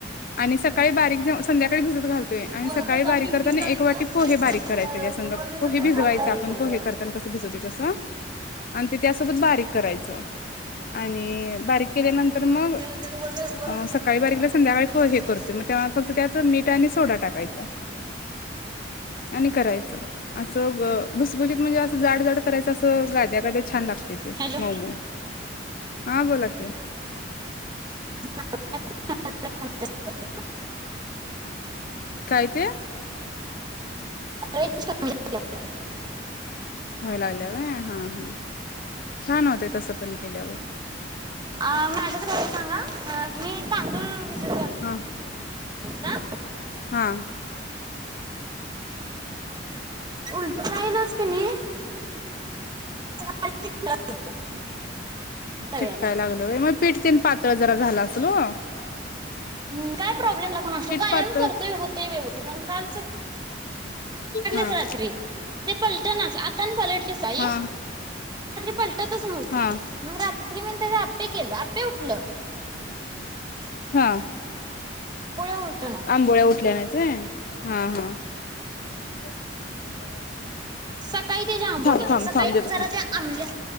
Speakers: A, on the left; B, on the right.
A: आणि सकाळी बारीक संध्याकाळी भिजत घालतोय, आणि
B: बोलत
A: सकाळी
B: जा
A: बारीक
B: पिंपी
A: करताना
B: जा
A: एक
B: तिकडं
A: वाटी पोहे बारीक करायच तेच्या संग
B: वरचा
A: पोहे
B: पॅक
A: भिजवायच
B: काढून
A: पण पोहे करताना कस भिजवतोय तस आणि ते त्यासोबत बारीक करायच. आणि आणि बारीक केल्यानंतर मग
B: त्या ह्याच्यात वरले वरच
A: सकाळी
B: आहेत बघ
A: बारीक
B: कोण आहे.
A: केलं संध्याकाळी पोहे करतोय मग तेव्हा फक्त त्यात मीठ आणि सोडा टाकायचा, आणि करायचं. असं ग भुसभुशीत म्हणजे असं जाड जाड करायं असं गाद्या गाध्या छान लागते. ते
B: हॅलो
A: मऊमऊ हा बोला की.
B: <unintelligible>
A: काय ते?
B: <unintelligible>
A: व्हायला लागल्या व्हय हा हा छान होते तसं पण केल्यावर
B: आ माझा तर सांगा. अ मी तांदूळ भिजत
A: हां.
B: का?
A: हां.
B: उलटाईलाच कणी <unintelligible> तव्याला
A: चिटकाय लागलं होय मग पीठ तेन पात ळ जरा झाल आसल वो.
B: हम्म. काय प्रॉब्लेम झाला कुणास ठावूक कायम
A: पातळ
B: करतोय होतय वेवस्तीत काल
A: हा
B: च रात्री पलटनाच. आता आणि पलटलीसा ही?
A: हा
B: पलटतच नव्हती.
A: हा
B: रात्री म्हणताना आप्पे केल आप्पे उटल. <inaudible>
A: हा
B: उलटना हम्म
A: आंबोळ्या उठल्या नाहीच होय? हा हा. <unintelligible>
B: सकाळी ते जरा आंबोलेल,
A: थांब थांब
B: सकाळी
A: थांब देतो
B: मग जरा
A: थांब
B: त्या आंबल्या